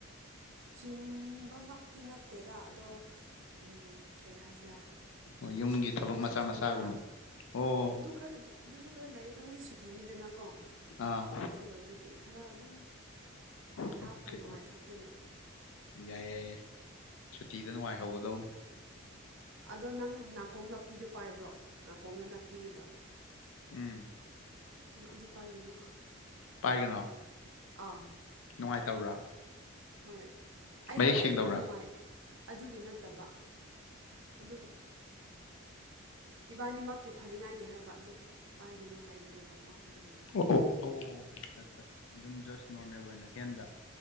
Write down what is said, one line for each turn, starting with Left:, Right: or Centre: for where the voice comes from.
Right: ꯆꯤꯟꯕꯃꯛꯇꯤ ꯅꯠꯇꯦꯗ ꯑꯗꯣ ꯎꯝ ꯀꯔꯤ ꯍꯥꯏꯁꯤꯔꯥ
Left: ꯑꯣ
Right: ꯉꯁꯤꯁꯦ
Left: ꯌꯨꯝꯒꯤ ꯊꯕꯛ ꯃꯆꯥ
Right: ꯁꯨꯇꯤꯅꯤꯅ
Left: ꯃꯆꯥꯒꯨꯝꯕ
Right: <unintelligible>
Left: ꯑꯣ
Right: ꯎꯝ ꯑꯗꯨ ꯈꯔ ꯑꯗꯨ ꯑꯗꯨꯁꯨ ꯈꯔ ꯂꯩ ꯑꯗꯣ ꯉꯁꯤ ꯁꯨꯇꯤꯅꯤꯗꯅꯀꯣ
Left: ꯑꯥ
Right: ꯑꯗꯨ ꯑꯣꯏꯕꯒꯤ ꯈꯔ ꯑꯗꯨꯝ ꯉꯥꯏꯍꯥꯛꯇꯪ
Left: ꯑꯣꯀꯦ
Right: ꯅꯨꯡꯉꯥꯏꯊꯣꯛꯀꯦꯅꯥ
Left: ꯌꯥꯏ ꯌꯥꯏ ꯌꯥꯏ ꯁꯨꯇꯤꯗ ꯅꯨꯡꯉꯥꯏꯍꯧꯒꯗꯧꯅꯤ
Right: ꯑꯗꯣ ꯅꯪ ꯅꯥꯀꯣꯡ ꯅꯥꯄꯤꯗꯣ ꯄꯥꯏꯕ꯭ꯔꯣ ꯅꯥꯀꯣꯡꯗ ꯅꯞꯄꯤꯒꯤꯗꯣ
Left: ꯎꯝ
Right: ꯑꯥ ꯑꯗꯨ ꯄꯥꯏꯒꯅꯨ
Left: ꯄꯥꯏꯒꯅꯣ
Right: ꯑꯧ
Left: ꯅꯨꯡꯉꯥꯏꯇꯕ꯭ꯔꯥ
Right: ꯍꯣꯏ ꯑꯩ
Left: ꯃꯌꯦꯛ
Right: ꯑꯩ
Left: ꯁꯦꯡꯗꯕ꯭ꯔꯥ
Right: ꯈꯇꯪ ꯅꯨꯡꯉꯥꯏ <unintelligible> ꯑꯗꯨꯒꯤ ꯅꯠꯇꯕ ꯑꯗꯨꯝ ꯏꯕꯥꯅꯤꯃꯛꯀꯤ ꯐꯅꯤꯉꯥꯏꯒꯤ ꯍꯥꯏꯕ ꯑꯗꯨ ꯄꯥꯏꯒꯅꯨ ꯍꯥꯏꯕꯅꯦꯕꯀꯣ ꯑꯗꯨꯒꯤ
Left: ꯑꯣ ꯑꯣ ꯑꯣ ꯑꯠꯆꯥ ꯆꯥ ꯑꯗꯨꯝ ꯖꯁ ꯅꯣꯔꯃꯦꯜ ꯑꯣꯏꯅ ꯍꯦꯟꯗ